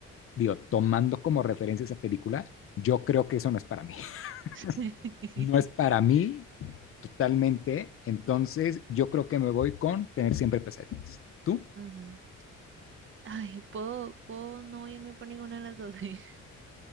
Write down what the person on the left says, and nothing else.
digo, tomando como referencia esa película, yo creo que eso no es para mí. <laughs>
No es para mí totalmente, entonces yo creo que me voy con tener siempre pesadillas. ¿Tú?